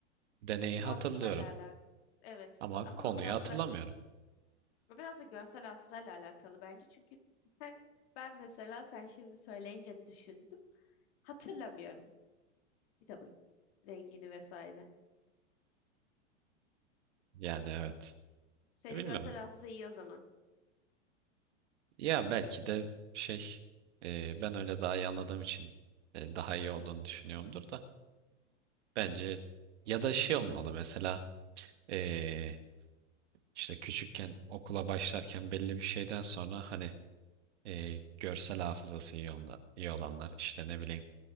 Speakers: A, on the right (about 65°); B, on the left (about 60°).
A: deneyi
B: Hafızayla
A: hatırlıyorum.
B: alakalı. Evet
A: Ama
B: ama
A: konuyu
B: o biraz
A: hatırlamıyorum.
B: da o biraz da görsel hafızayla alakalı bence. Çünkü sen ben mesela sen şimdi söyleyince düşündüm. Hatırlamıyorum kitabın rengini vesaire.
A: Yani evet.
B: Senin
A: E, Bilmiyorum.
B: görsel hafıza iyi o zaman.
A: Ya belki de şey e, ben öyle daha iyi anladığım için e, daha iyi olduğunu düşünüyorumdur da. Bence ya da şey olmalı mesela e, işte küçükken okula başlarken belli bir şeyden sonra hani e, görsel hafızası iyi, onlar, iyi olanlar işte ne bileyim